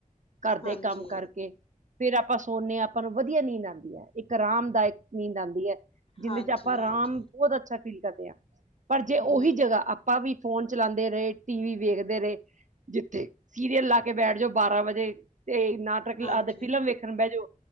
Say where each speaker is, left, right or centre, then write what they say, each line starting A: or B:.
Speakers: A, on the right; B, on the left.
A: ਘਰਦੇ
B: ਹਾਂਜੀ,
A: ਕੰਮ ਕਰਕੇ, ਫੇਰ ਆਪਾਂ ਸੋਨੇ ਹਾਂ। ਆਪਾਂ ਨੂੰ ਵਧੀਆ ਨੀਂਦ ਆਉਂਦੀ ਹੈ ਇੱਕ ਰਾਮਦਾਇਕ ਨੀਂਦ ਆਉਂਦੀ ਹੈ ਜਿਹਦੇ
B: ਹਾਂਜੀ,
A: ਚ ਆਪਾਂ ਰਾਮ
B: ਹਾਂਜੀ,
A: ਬਹੁਤ ਅੱਛਾ ਫੀਲ ਕਰਦੇ ਹਾਂ ਪਰ ਜੇ ਉਹੀ
B: ਹੂੰ,
A: ਜਗ੍ਹਾ ਆਪਾਂ ਵੀ ਫੋਨ ਚਲਾਉਂਦੇ ਰਹੇ ਟੀ ਵੀ ਵੇਖਦੇ ਰਹੇ ਜਿੱਥੇ ਸੀਰੀਅਲ ਲਾ ਕੇ ਬੈਠ ਜਾਓ ਬਾਰਾਂ ਵਜੇ, ਤੇ ਨਾਟਕ
B: ਹਾਂਜੀ।
A: ਆ ਫਿਲਮ ਵੇਖਣ ਬਹਿ ਜਾਓ